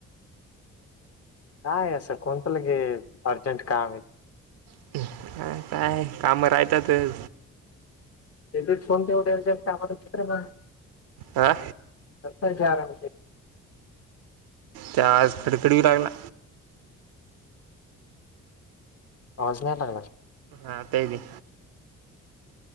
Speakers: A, on the left; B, on the right.
A: काय असं कोणत लगेच अर्जंट काम आहे.
B: <unintelligible> काय काम रायतातचं.
A: एकच फोन ठेव त्यांचा अन कामाला छत्र नाय.
B: हा.
A: परपंच आला होतंय.
B: त्या आज खडखडी लागला.
A: पाऊस नाय लागला.
B: हा ते भी